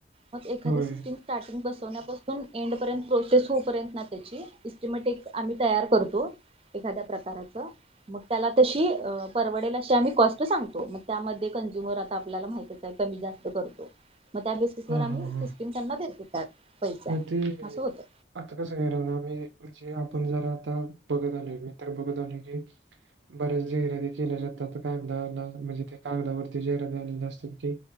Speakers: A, on the right; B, on the right.
A: मग एखादी
B: होय
A: स्कीम स्टार्टिंग बसवण्यापासून एंडपर्यंत प्रोसेस होपर्यंत ना त्याची इस्टिमेटिक आम्ही तयार करतो एखाद्या प्रकाराचं. मग त्याला तशी परवडेलाशी आम्ही कॉस्ट सांगतो मग त्या मध्ये कंझ्युमर आता आपल्याला कमी जास्त करतो मग त्या बे
B: हा
A: आम्ही
B: हा हा
A: स्कीम त्यांना देतो. पैशाने
B: मग ते
A: असं होतं
B: आता कसं कारण आमही म्हणजे आपण जर आता बघत आलोय मी तर बघत आलो की. बऱ्याच जहिराती केल्या जातात कागदाला म्हणजे ते कागदावरती जहिराती आलेली असतात ते.